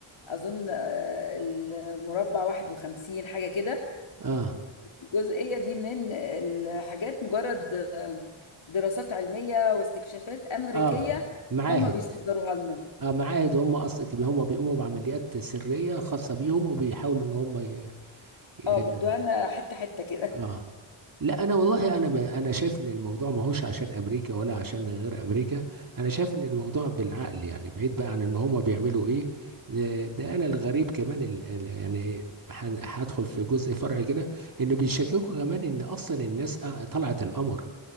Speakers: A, on the left; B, on the right.
A: اظن آه، المربع 51 حاجه كده
B: اه
A: الجزئية دي من الحاجات مجرد دراسات علمية واستكشافات أمريكية
B: اه معاهد
A: هم بيصدروها لنا
B: آه، معاهد هم اصلا هم بيقوموا بعمليات سريه خاصه بيهم وبيحاولوا ان هم ي... ي...
A: اه بيدوها لنا حتة حتة كده
B: اه لا انا والله انا ما انا شايف ان الموضوع ما هوش عشان امريكا ولا عشان غير امريكا انا شايف ان الموضوع بالعقل يعني بعيد بقى عن ان هم بيعملوا ايه ده, ده انا الغريب كمان ال... ال- يعني هن- هدخل في جزء فرعي كده انه بيشككوا كمان ان اصلا الناس آه، طلعت القمر